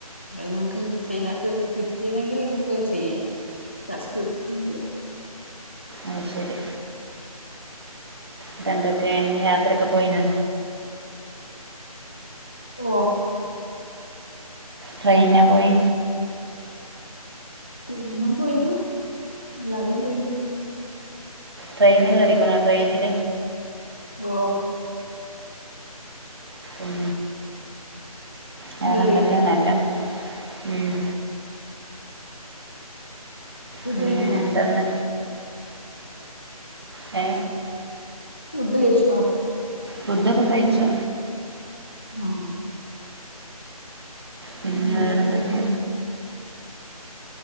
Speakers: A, on the left; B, on the right.
A: അത് നിങ്ങക്ക് മൈനായിട്ട് കിട്ടിയിണെങ്കിൽ നമുക്ക് ചെയ്യാം <unintelligible>
B: ആ ശരി ഇന്നട്ട് എന്തൊക്കെ യാത്രൊക്കെ പോയിണോ
A: ഓ
B: ട്രൈനാ പോയെ
A: ട്രെയിനും പോയന് അല്ലാതിം പോയിൻ
B: ട്രെയിനിൽ കയറിക്ക്ണോ ട്രെയിനിൽ
A: ഓഹ്
B: ഉം വേറെന്തൊക്കെയ
A: അത് അറിയില്ലേ
B: നല്ല ഉം
A: ഫുഡ്
B: പിന്നെ
A: കഴിഞ്ഞോ
B: എന്താന്ന് ഏ
A: ഫുഡ്‌ കഴിച്ചോ
B: ഫുഡൊക്കെ കഴിചു
A: ആഹ
B: പിന്നെ
A: എന്താ
B: വേറെ
A: സ്പെഷ്യല്
B: എന്തൊക്കെ